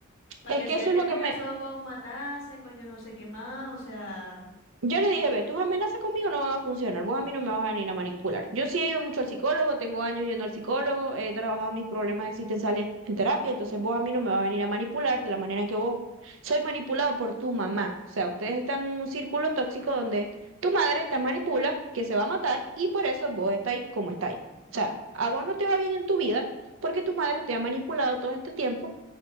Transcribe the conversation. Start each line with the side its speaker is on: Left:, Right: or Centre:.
Left: porque
Right: es que
Left: si
Right: eso
Left: ya
Right: es
Left: te
Right: lo
Left: amenazó
Right: que me...
Left: con matarse, con yo no sé qué más, o sea,
Right: Yo le dije, ve, tus amenazas conmigo no van a funcionar, vos a mí no me vas a venir a manipular. Yo sí he ido mucho al psicólogo, tengo años yendo al psicólogo, he trabajado mis problemas existenciales en terapia, entonces vos a mí no me vas a venir a manipular de la manera que vos sois manipulado por tu mamá. O sea, ustedes están en un círculo tóxico donde tu madre te manipula, que se va a matar y por eso vos estáis como estáis. O sea, a vos no te va bien en tu vida porque tu madre te ha manipulado todo este tiempo